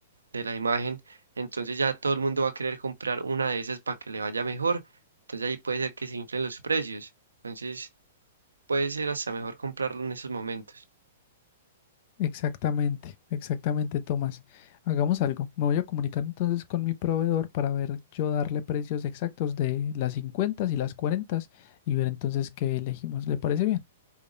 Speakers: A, on the right; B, on the left.
A: de la imagen, entonces ya todo el mundo va a querer comprar una de esas para que le vaya mejor, entonces ahí puede ser que se inflen los precios. Entonces, puede ser hasta mejor comprarlo en esos momentos.
B: Exactamente, exactamente, Tomás. Hagamos algo. Me voy a comunicar entonces con mi proveedor para ver yo darle precios exactos de las 50 y las 40 y ver entonces qué elegimos. ¿Le parece bien?